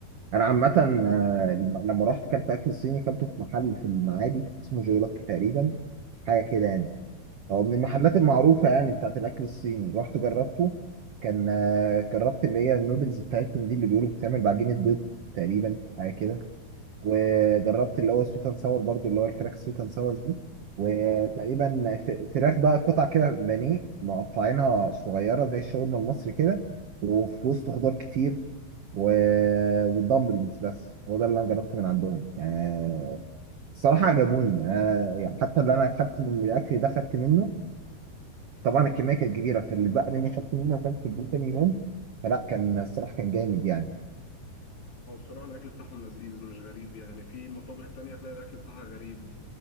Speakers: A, on the right; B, on the left.
A: انا عامة آه، لما رحت كلت اكل صيني كلته في محل في المعادي اسمه جولوك تقريبا حاجة كده يعني هو من المحلات المعروفة يعني بتاعت الأكل الصيني رحت جربته كان آه، جربت اللي هي النودلز بتاعتهم دي اللي بيقولوا بتتعمل بعجينة بيض تقريبا حاجة كده وجربت اللي هو سويت اند ساور برضو اللي هو الفراخ سويت اند ساور دي وتقريبا ف- فراخ بقى قطع كده بانيه مقطعينها صغيرة زي الشاورما المصري كده وفي وسط خضار كتير و... والدمبلينجز بس هو ده اللي انا جربته من عندهم يعني الصراحة عجبوني يعني أنا يعني حتى اللي انا خدت من الاكل ده خدت منه طبعا الكميه كانت كبيره فاللي بقى مني خدت منه وكان في اليوم تاني يوم فلا كان الصراحه كان جامد يعني
B: هو بصراحة الاكل بتاعهم لذيذ مش غريب يعني في مطابخ تانية تلاقي الاكل بتاعها غريب